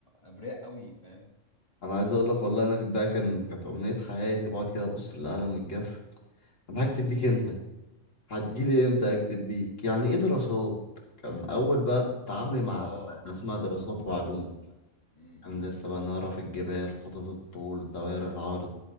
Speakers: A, on the left; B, on the left.
A: ابرياء قوي فاهم
B: أنا عايز أقول لك والله أنا ده كان كانت أمنية حياتي بقعد كده أبص للقلم الجاف أنا هكتب بيك إمتى؟ هتجيلي
A: مم.
B: إمتى أكتب بيك؟ يعني إيه دراسات؟ كان أول بقى تعاملي مع
A: اه
B: مادة اسمها
A: اه
B: دراسات وعلوم
A: مم.
B: كان لسه بقى نعرف الجبال خطوط الطول دوائر العرض